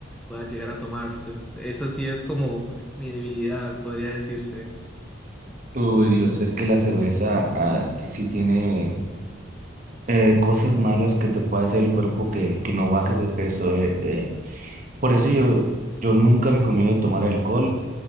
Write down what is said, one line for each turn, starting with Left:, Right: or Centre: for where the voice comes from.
Centre: pueda llegar a tomar. Pues eso sí es como mi debilidad, podría decirse.
Right: Uy, Dios, es que la cerveza ah, sí tiene eh, cosas malas que te puede hacer el cuerpo que, que no bajes de peso. eh, eh. Por eso yo, yo nunca recomiendo tomar alcohol,